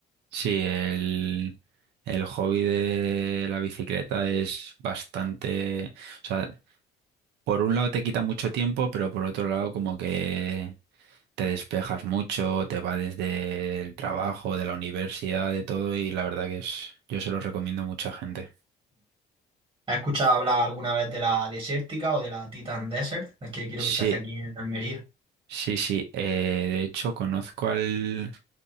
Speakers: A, on the right (about 80°); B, on the right (about 30°).
A: Sí, el, el hobby de la bicicleta es bastante... O sea, por un lado te quita mucho tiempo, pero por otro lado como que te despejas mucho, te va desde el trabajo, de la universidad, de todo, y la verdad que es, yo se los recomiendo a mucha gente.
B: ¿Has escuchado hablar alguna vez de la desértica o de la Titan Desert? Es que quiero
A: Sí,
B: que se hace aquí en Almería.
A: sí, sí. eh, de hecho, conozco al,